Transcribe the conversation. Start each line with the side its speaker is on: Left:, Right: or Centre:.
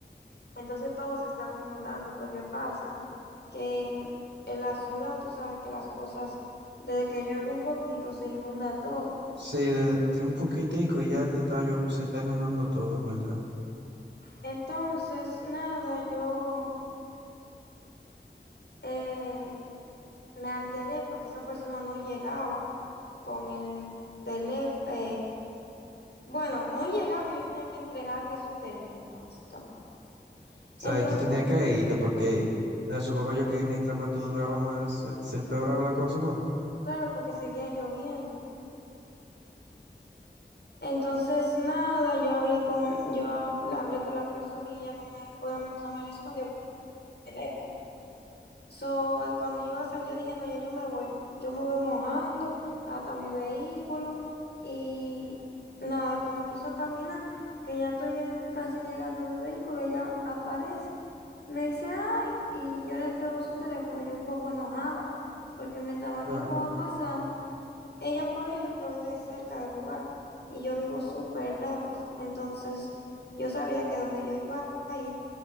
Left: Entonces todo se estaba inundando, porque pasa que en, en la ciudad tú sabes que las cosas, desde que llueve un poquito, se inunda todo.
Right: Sí, de, de un poquitico y ya te está, llo- se está inundando todo, en verdad. O
Left: Entonces, nada, yo eh, me alteré porque esa persona no llegaba con el teléfono. bueno, no llegaba, y yo tenía que entregarle su teléfono, básicamente.
Right: sea,
Left: Entonces,
Right: y tú tenías que irte porque eh, supongo yo que mientras más tú durabas, más eh, se empeoraba la cosa, ¿no?
Left: claro, porque seguía lloviendo. Entonces, nada, yo hablé con, yo hab- hablé con la persona y ella no me, obviamente no me respondía teléfono. So, eh, cuando yo iba a salir, yo dije, no, ya yo me voy, yo me voy mojando hasta mi vehículo y nada, cuando empiezo a caminar, que ya estoy en- casi llegando a mi vehículo, ella aparece, me dice, ay, y yo le entrego su teléfono, yo un poco enojada, porque mientras más
Right: Claro.
Left: tiempo va pasando, ella, por ejemplo, vive cerca del lugar y yo vivo súper lejos, entonces yo sabía que donde yo iba a ir,